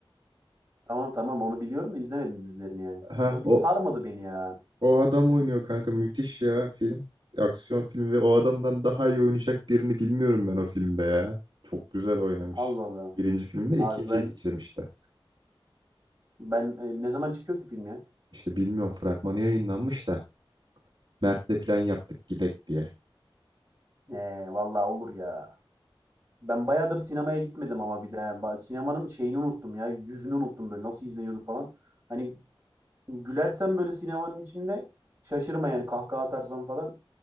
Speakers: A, on the right; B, on the right.
A: <laughs> Tamam tamam onu biliyorum da izlemedim dizilerini yani.
B: Ha
A: Bu
B: o
A: Bir sarmadı beni ya.
B: o adam oynuyor kanka müthiş ya film. Aksiyon filmi ve o adamdan daha iyi oynayacak birini bilmiyorum ben o filmde ya. Çok güzel oynamış.
A: Allah Allah.
B: Birinci filmde
A: Abi
B: ikinciye
A: ben
B: gideceğim işte.
A: ben e, ne zaman çıkıyor ki film ya?
B: İşte bilmiyorum fragmanı yayınlanmış da. Mert'le plan yaptık gidek diye.
A: Ne vallahi olur ya. Ben bayağıdır sinemaya gitmedim ama bir de Ba- sinemanın şeyini unuttum ya. Yüzünü unuttum böyle nasıl izleniyordu falan. Hani Gülersen böyle sinemanın içinde şaşırma yani kahkaha atarsam falan